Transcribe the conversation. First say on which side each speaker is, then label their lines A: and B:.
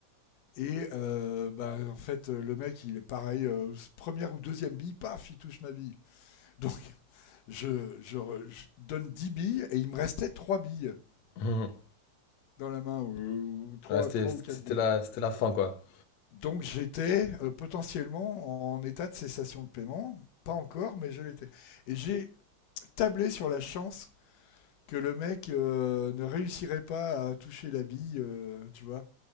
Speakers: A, on the left; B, on the left.
A: Et euh, bah, en fait, le mec, il est pareil, euh, première ou deuxième bille, paf, il touche ma bille. Donc je, je je donne 10 billes, et il me restait 3 billes.
B: Mhm.
A: dans la main, ou, trois,
B: Ah, c'était,
A: ou
B: c'était
A: quatre billes.
B: la, c'était la fin quoi.
A: Donc j'étais euh, potentiellement en état de cessation de paiement, pas encore, mais je l'étais. Et j'ai tablé sur la chance que le mec euh, ne réussirait pas à toucher la bille, euh, tu vois,